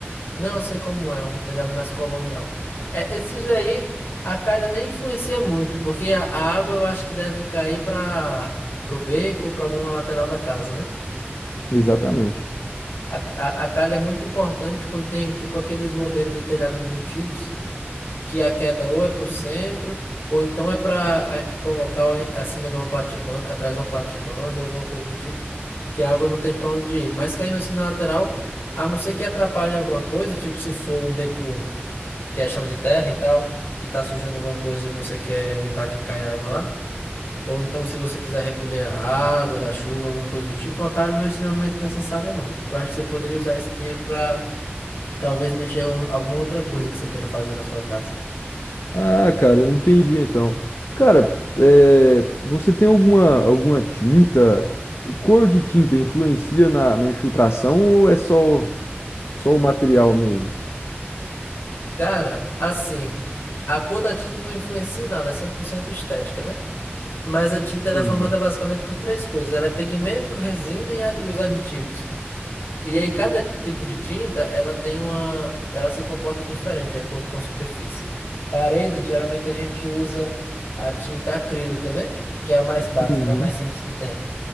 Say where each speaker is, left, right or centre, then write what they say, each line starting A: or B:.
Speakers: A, on the left (about 60°); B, on the left (about 75°).
A: Não, eu sei como é, um telhado mais colonial. É, esses aí a calha nem influencia muito, porque a, a água eu acho que deve cair para pro beco ou para alguma lateral da casa, né?
B: Exatamente.
A: A, a, a calha é muito importante quando tem tipo aqueles modelos de telhado embutidos, que a queda ou é para o centro, ou então é para um local a- acima de uma platibanda, atrás de uma platibanda, alguma coisa do tipo, que a água não tem para onde ir. Mas caindo assim na lateral, a não ser que atrapalhe alguma coisa, tipo se for um beco que é chão de terra e tal, e tá sujando alguma coisa e você quer evitar que caia água lá. Ou então, se você quiser recolher a água da chuva, alguma coisa do tipo, a cara não é extremamente necessária, não. Eu acho que você poderia usar esse dinheiro para talvez mexer em alguma outra coisa que você queira fazer na sua casa.
B: Ah, cara, eu entendi então. Cara, é, você tem alguma, alguma tinta? Cor de tinta influencia na, na infiltração ou é só, só o material mesmo?
A: Cara, assim, a cor da tinta não influencia em nada, é 100% estética, né? Mas a tinta
B: Entendi.
A: ela é formada basicamente por três coisas: ela é pigmento, resina e, a- e os aditivos. E aí cada tipo de tinta, ela tem uma, ela se comporta diferente de acordo com a superfície. Parede, geralmente a gente usa a tinta acrílica, né? Que é a mais básica,
B: Uhum.
A: a mais simples que tem.